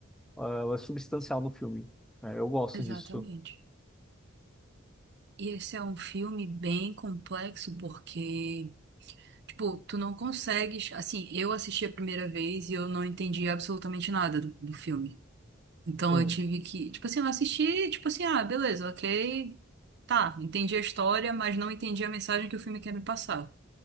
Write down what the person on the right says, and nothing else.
Exatamente.
E esse é um filme bem complexo porque, tipo, tu não consegues. Assim, eu assisti a primeira vez e eu não entendi absolutamente nada do, do filme. Então
eu tive que. Tipo assim, eu assisti, tipo assim, ah, beleza, ok. Tá, entendi a história, mas não entendi a mensagem que o filme quer me passar.